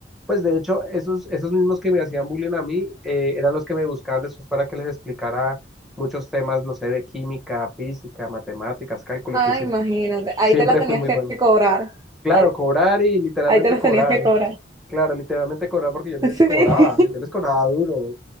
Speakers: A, in the centre; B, on the right.
A: pues de hecho esos, esos mismos que me hacían bullying a mí eh, eran los que me buscaban después para que les explicara muchos temas, no sé, de química, física, matemáticas, cálculo,
B: Ah,
A: que siem-
B: imagínate. Ahí
A: siempre
B: te la tenías
A: fui muy
B: que
A: bueno.
B: cobrar.
A: Claro,
B: Ahí,
A: cobrar y literalmente
B: ahí te las
A: cobrar.
B: tenías que cobrar.
A: Claro, literalmente cobrar porque yo les
B: <laughs> Sí.
A: cobraba, yo les cobraba duro,